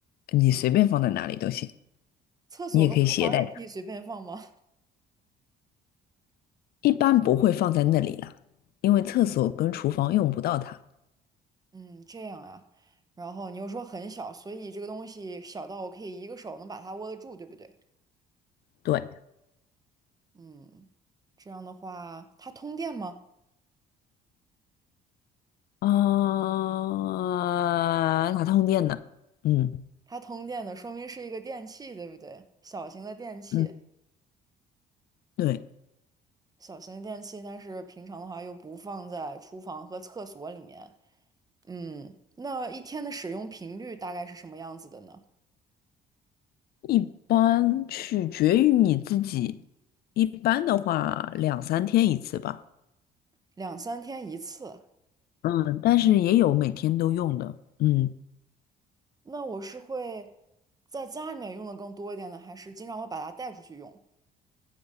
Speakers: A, on the left; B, on the right.
A: 你随便放在哪里都行，
B: 厕所和厨房也可以随便放吗？
A: 你也可以携带。一般不会放在那里了，因为厕所跟厨房用不到它。
B: <laughs> 嗯，这样呀。然后你又说很小，所以这个东西小到我可以一个手能把它握得住，对不对？
A: 对，
B: 嗯，这样的话，它通电吗？
A: 啊、哪通电的。嗯
B: 它通电的，说明是一个电器，对不对？小型的电器，
A: 嗯，对，
B: 小型的电器，但是平常的话又不放在厨房和厕所里面。嗯，那一天的使用频率大概是什么样子的呢？
A: 一般取决于你自己，一般的话两三天一次吧。
B: 两三天一次。
A: 嗯，但是也有每天都用的。嗯
B: 那我是会在家里面用的更多一点呢，还是经常会把它带出去用？